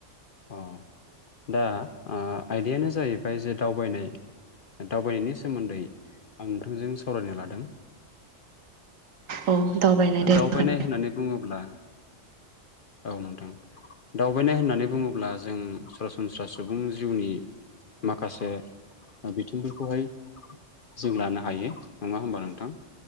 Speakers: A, on the left (about 50°); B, on the right (about 80°).
A: औ। दा ओ आयदायानो जाहैबाय जे दावबायनाय दावबायनायनि सोमोन्दै आं नोंथांजों सावरायनो लादों।
B: औ दावबायनाय दे
A: दावबायनाय
B: जागोन
A: होननानै बुङोब्ला औ नोंथां दावबायनाय होननानै बुङोब्ला जों सरासनस्रा सुबुं जिउनि माखासे बिथिंफोरखौहाय जों लानो हायो नङा होमबा नोंथां।